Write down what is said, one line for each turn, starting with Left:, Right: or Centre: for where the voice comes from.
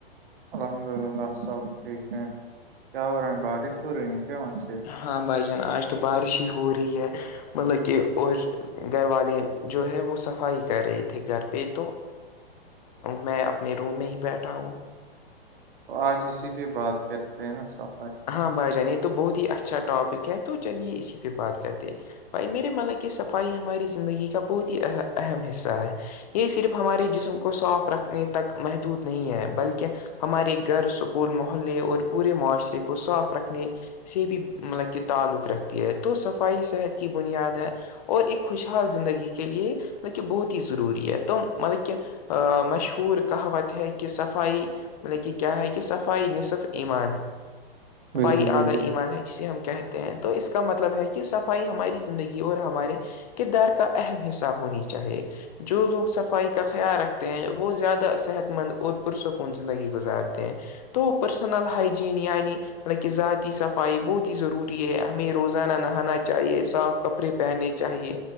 Right: الحمد للہ سب ٹھیک ہے کیا ہو رہا ہیں بارش ہو رہی ہے پ مان سے
Left: ہاں بھائی جان آج تو بارش ہی ہو رہی ہے مطلب کہ اور گھر والے جو ہے وہ صفائی کر رہے تھے گھر پہ تو میں اپنے روم میں ہی بیٹھا ہوں
Right: تو آج اسی پہ بات کرتے ہیں نا سب
Left: ہاں بھائی جان یہ تو بہت ہی اچھا ٹاپک ہے تو چلیے اسی پہ بات کرتے ہیں بھائی میرے ملک کی صفائی ہماری زندگی کا بہت ہی اہم حصہ ہے یہ صرف ہمارے جسم کو صاف رکھنے تک محدود نہیں ہے بلکہ ہمارے گھر سکول محلے اور پورے معاشرے کو صاف رکھنے سے بھی مطلب کہ تعلق رکھتی ہے تو صفائی صحت کی بنیاد ہے اور ایک خوشحال زندگی کے لیے مطب کہ بہت ہی ضروری ہے تو مطلب کہ ا مشہور کہاوت ہے کہ صفائی مطلب کہ کیا ہے کہ صفائی ن صرف ایمان ہے صفعی
Right: بالکل بالکل
Left: ادھا ایمان ہے جسے ہم کہتے ہیں تو اس کا مطلب ہے کہ سف ہماری زندگی اور ہمارے کردار کا اہم حصہ ہونی چاہیے جو لوگ صفائی کا خیال رکھتے ہیں وہ زیادہ صحت مند اور پرسکون زندگی گزارتے ہیں تو پرسنل ہائجین یعنی حالکہ ذاتی صفائی بہت ہی ضروری ہے ہمیں روزانہ نہانا چاہیے صاف کپڑے پہننے چاہیے